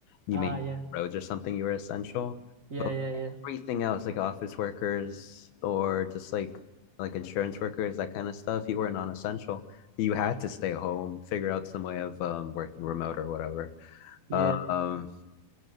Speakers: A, on the left; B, on the right.
A: you
B: Ah
A: made
B: yeah.
A: roads or something, you were essential.
B: Yeah,
A: But
B: yeah, yeah.
A: everything else, like office workers or just like like insurance workers, that kind of stuff, you were non-essential. You had to stay home, figure out some way of um working remote or whatever.
B: Yeah.
A: Um